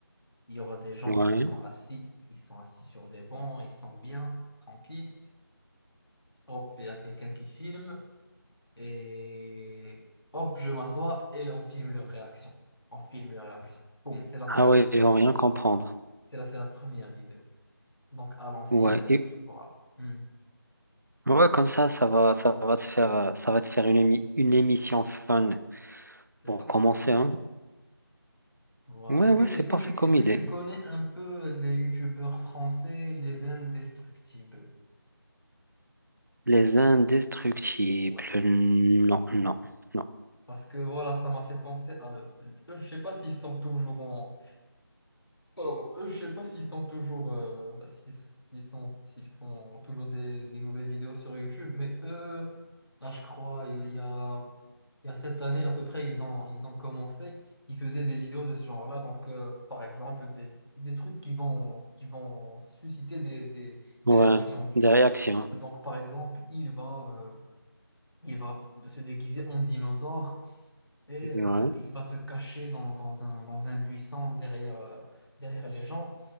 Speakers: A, on the left; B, on the right.
A: Il y aura des gens
B: ouais.
A: qui sont assis. Ils sont assis sur des bancs, ils sont bien, tranquilles. Hop, il y a quelqu'un qui filme. Et hop, je m'assois et on filme leur réaction. On filme leur réaction. Boum, c'est là, c'est
B: Ah
A: la,
B: ouais,
A: c'est
B: ils
A: c'est-
B: vont rien comprendre.
A: c'est là, c'est la première vidéo. Donc à l'ancienne,
B: Ouais. Et-
A: voilà. Hum,
B: ouais, comme ça, ça va, ça va te faire, euh, ça va te faire une, émi- une émission fun
A: c'est
B: pour
A: ça.
B: commencer, hein.
A: Voilà.
B: Ouais,
A: Est-ce
B: ouais,
A: que, est-ce
B: c'est parfait
A: que tu, est-ce
B: comme
A: que
B: idée.
A: tu connais un peu les youtubeurs français, les indestructibles?
B: Les indestructibles.
A: Ouais.
B: Non, non, non.
A: Parce que voilà, ça m'a fait penser à eux. Eux, Je sais pas s'ils sont toujours en, Pardon, euh, je sais pas s'ils sont toujours, euh, s'ils, s'ils sont, s'ils font toujours des, des nouvelles vidéos sur YouTube, mais eux, là, je crois, il y a, il y a cette année à peu près, ils ont, ils ont commencé, ils faisaient des vidéos de ce genre-là, donc euh, par exemple, des, des trucs qui vont, qui vont susciter des, des, des
B: Ouais,
A: réactions du,
B: des
A: du-
B: réactions.
A: Donc par exemple, il va, euh, il va se déguiser en dinosaure et euh,
B: Ouais.
A: il va se cacher dans, dans un, dans un buisson derrière, euh, derrière les gens.